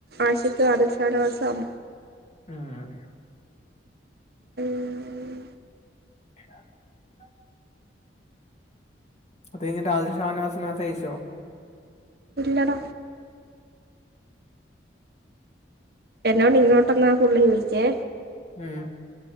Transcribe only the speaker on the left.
ആഹ്
ഹലോ? അത് കഴിഞ്ഞിട്ട് ആതില് ഷാനവാസ്ന് <unintelligible>
ഉം